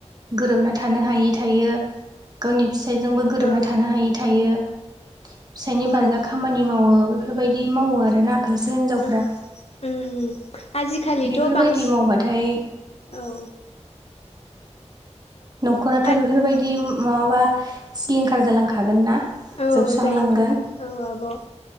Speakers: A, on the right; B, on the left.
A: गोरोबना थानो हायै थायो गावनि फिसायजोंबो
B: औ
A: गोरोबना
B: औ
A: थानो हायै थायो। फिसायनि
B: उम
A: बान्जा खामानि मावो बेफोरबायदि मावो आरोना? खायसे हिन्जावफ्रा
B: उम उम आजि आखालिथ'
A: बेफोरबायदि
B: बांसिन
A: मावबाथाय
B: औ
A: न'खराथ'
B: आ
A: बेफोरबायदि
B: उम
A: माबाबा सिलिंखार जालांखागोन ना?
B: औ
A: जोबस्रांलांगोन
B: जायो दा औ आब'